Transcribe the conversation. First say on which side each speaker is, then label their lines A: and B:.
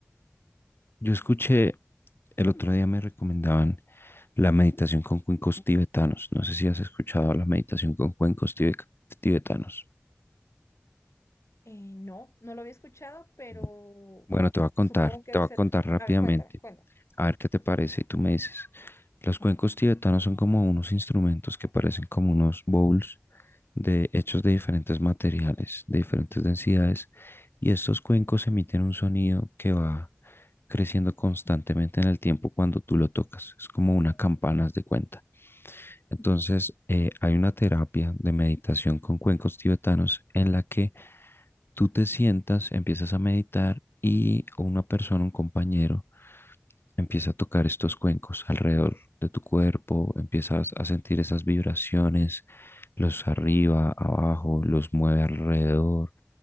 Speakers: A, on the left (about 55°); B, on the left (about 85°).
A: Yo escuché, el otro día me recomendaban la meditación con cuencos tibetanos. No sé si has escuchado la meditación con cuencos tibe- tibetanos.
B: Eh, no, no lo había escuchado, pero
A: Bu- Bueno, te voy a contar,
B: supongo que
A: te
B: debe
A: voy
B: ser...
A: a contar rápidamente.
B: A ver, cuéntame, cuéntame.
A: A ver qué te parece y tú me dices. Los cuencos tibetanos son como unos instrumentos que parecen como unos bowls de, hechos de diferentes materiales, de diferentes densidades, y estos cuencos emiten un sonido que va creciendo constantemente en el tiempo cuando tú lo tocas. Es como una campana, haz de cuenta. Entonces, eh, hay una terapia de meditación con cuencos tibetanos en la que Tú te sientas, empiezas a meditar y una persona, un compañero, empieza a tocar estos cuencos alrededor de tu cuerpo, empiezas a sentir esas vibraciones, los arriba, abajo, los mueve alrededor,